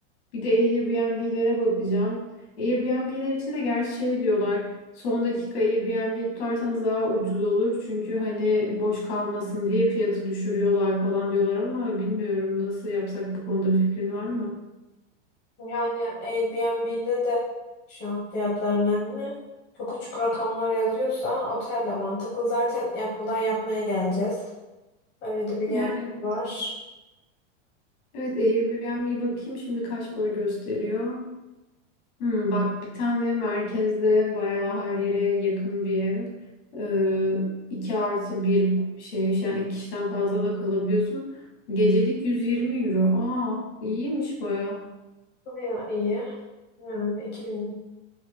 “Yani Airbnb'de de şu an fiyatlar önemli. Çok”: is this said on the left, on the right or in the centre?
Left